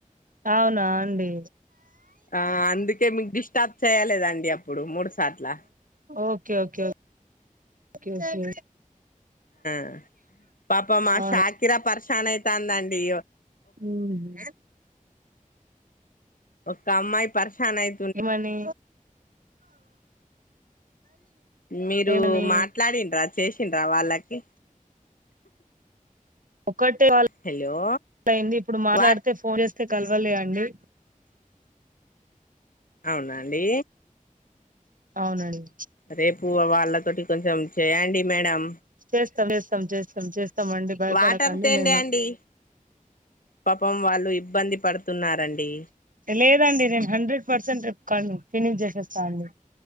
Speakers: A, on the right; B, on the left.
A: అవునా అండి
B: ఆ అందుకే మీకు డిస్టర్బ్ చేయలేదండి అప్పుడు మూడు సార్ల
A: ఓకే ఓకే ఓకే ఓకే
B: మ్ పాపం మా
A: అవునా
B: షాకిరా పరషానయితాందండి
A: ఉమ్
B: ఒక్క అమ్మాయి పర్శాన్ అయి
A: ఏమని
B: మీరు
A: ఏమని
B: మాట్లాడిండ్రా చేసిండ్రా వాళ్ళకి
A: ఒక్కటే వాళ్
B: హలో
A: అయింది ఇప్పుడు మాట్లాడితే
B: వా
A: ఫోన్ చేస్తే కలవలే అండి
B: అవునాండి
A: అవునండి
B: రేపు వాళ్ళతోటి కొంచెం చేయండి మేడం
A: చేస్తం చేస్తం చేస్తం చేస్తమండి భయపడకండి
B: వాటర్ తేండి
A: నేను
B: అండి పాపం వాళ్ళు ఇబ్బంది పడుతున్నారండి
A: లేదండి నేను హండ్రెడ్ పర్సెంట్ ట్రిప్ కను ఫినిష్ చేసేస్తా అండి